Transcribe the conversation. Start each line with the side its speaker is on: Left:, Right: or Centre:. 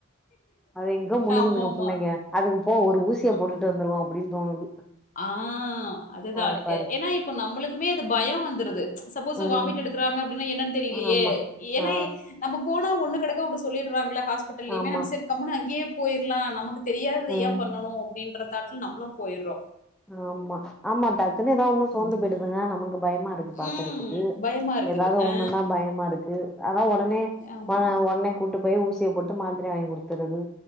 Centre: அத எங்க முழுங்குதுங்க
Left: ஆமா ஆமா
Centre: புள்ளைங்க அதுக்கு போ ஒரு ஊசிய
Left: ஆஹா.
Centre: போட்டுட்டு வந்துருவோ அப்டின்னு தோணுது
Left: ஆ அதுதா
Centre: அத பாரு
Left: எ ஏன்னா இப்போ நம்மளுக்குமே அது பயோ வந்துருது சப்போஸ்ஸு
Centre: ம்
Left: வாமிட் எடுக்குறாங்க அப்டின்னா என்னன்னு தெரியிலயே
Centre: ஆமா
Left: ஏன்னா
Centre: ஆ
Left: நம்ம போனா ஒன்னு கடக்க ஒன்னு சொல்லிடுறாங்களா ஹாஸ்பிடல்லேயுமே
Centre: ஆமா
Left: நம்ம செரி கம்முன்னு அங்கேயே போயிர்லா நமக்கு தெரியாதது
Centre: ம்
Left: ஏன் பண்ணணு அப்டின்ற தாட்ல நம்பளு போயிறோ
Centre: ஆமா ஆமா டக்குனு ஏதாதொன்னா சோந்து
Left: ஆமா
Centre: போயிடுதுங்க நமக்கு பயமா இருக் <inaudible> பாக்குறதுக்கு
Left: ம் பயமா இருக்குது.
Centre: ஏதாவ்து ஒண்ணுன்னா
Left: ஆ
Centre: பயமா இருக் க்கு அதா ஒடனே
Left: ஆமா.
Centre: அ ஒடனே கூட்டு போய் ஊசிய போட்டு மாத்திரை வாங்கி குடுத்துறது